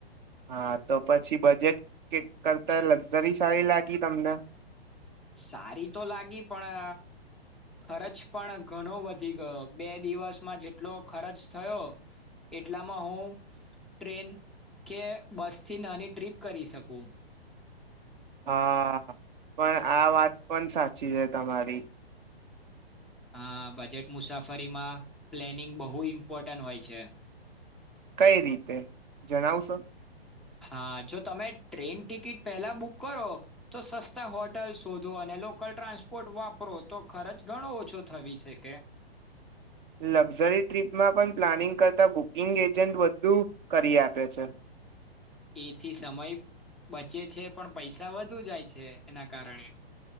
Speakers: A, on the right; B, in the centre.
A: હા તો પછી બજેટ કે કરતા લક્ઝરી સળી લાગી તમને
B: સારી તો લાગી પણ ખર્ચ પણ ઘણો વધી ગયો બે દિવસમાં જેટલો ખર્ચ થયો એટલામાં હું ટ્રેન કે બસથી નાની ટ્રીપ કરી શકું
A: હા પણ આ વાત પણ સાચી છે તમારી
B: હા બજેટ મુસાફરીમાં પ્લેનિંગ બહુ ઇમ્પોર્ટન્ટ હોય છે.
A: કઈ રીતે જણાવશો
B: હા જો તમે ટ્રેન ટિકિટ પહેલા બુક કરો તો સસ્તા હોટલ શોધો અને લોકલ ટ્રાન્સપોર્ટ વાપરો તો ખર્ચ ઘણો ઓછો થવી શકે.
A: લક્ઝરી ટ્રીપમાં પણ પ્લાનિંગ કરતાં બુકિંગ એજન્ટ વધુ કરી આપે છે.
B: એથી સમય બચે છે પણ પૈસા વધુ જાય છે એના કારણે.